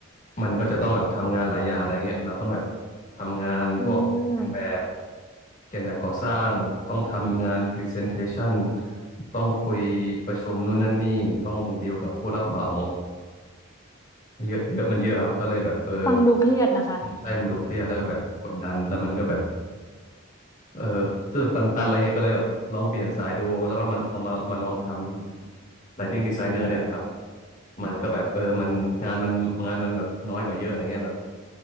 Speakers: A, on the left (about 35°); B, on the left (about 15°).
A: มันก็จะต้องแบบทำงานหลายอย่างอะไรเงี้ยเราต้องแบบทำงานพวกเขียนแบบ
B: อืม
A: เขียนแบบก่อสร้างต้องทำงานพรีเซนเทชันต้องคุยประชุมนู่นนั่นนี่ต้องดีลกับผู้รับเหมาเยอะเยอะมันเยอะครับก็เลยแบบเออ
B: ฟังดูเครียดนะคะ
A: ใช่มันดูเครียดแล้วก็แบบกดดันแล้วมันก็แบบ เออรู้สึกตันๆอะไรเงี้ยก็เลยแบบลองเปลี่ยนสายดูแล้วก็มันเอามามาลองทำ lighting designer เนี่ยนะครับมันก็แบบเออมันงานมันงานมันแบบน้อยกว่าเยอะอะไรเงี้ยแบบ